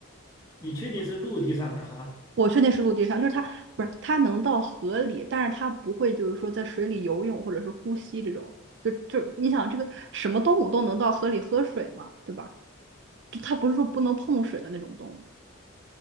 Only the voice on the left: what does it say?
你确定是陆地上的哈？